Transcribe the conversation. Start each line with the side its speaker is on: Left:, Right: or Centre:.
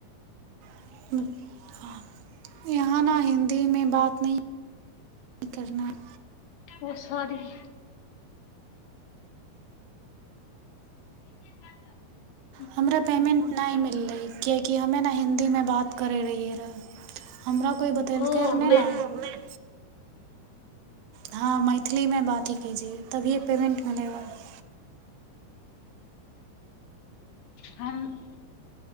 Right: <inaudible> यहाँ ने हिन्दी मे बात न करना <inaudible>
Left: ओ सरीी <inaudible> करत <inaudible>
Right: हमरा पेमेंट नहि मिललै कियाकि कि हमे ने हिन्दीमे बात करै रहियै रहै हमरा कोइ बतेलकै
Left: ओ
Right: रऽ नहि
Left: मैं
Right: ने हँ मैथिलीमे बात ही कीजिए तभिये पेमेन्ट मिलेगा <inaudible>
Left: हमन <inaudible>